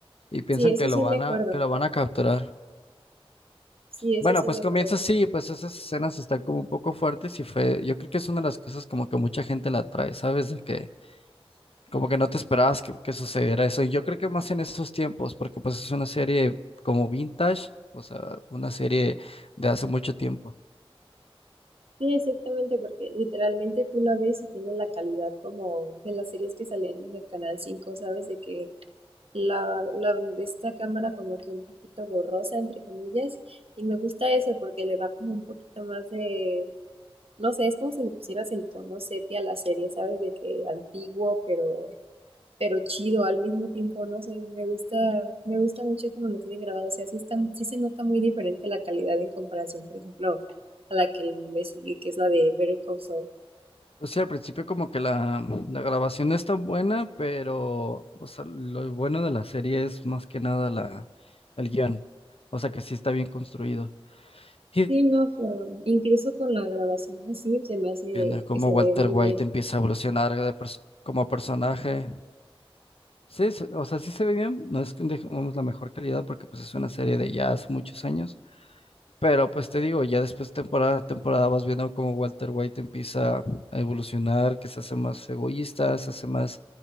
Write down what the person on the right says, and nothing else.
Sí, eso
sí
me acuerdo.
Sí, eso
sí
me acuerdo.
Sí, exactamente, porque literalmente tú la ves y tiene la calidad como de las series que salían en el Canal Cinco ¿sabes? De que la, la, de esta cámara como que un poquito borrosa, entre comillas, y me gusta eso porque le da como un poquito más de, no sé, es como si le pusieras el tono sepia a la serie, ¿sabes? De que antiguo, pero, pero chido al mismo tiempo, no sé, me gusta, me gusta mucho como lo tienen grabado, o sea, sí está, sí se nota muy diferente la calidad en comparación, por ejemplo, a la que le sigue, que es la de Better Call Saul.
Sí, no, pero incluso con la grabación así se me hace
que se
ve muy
bien.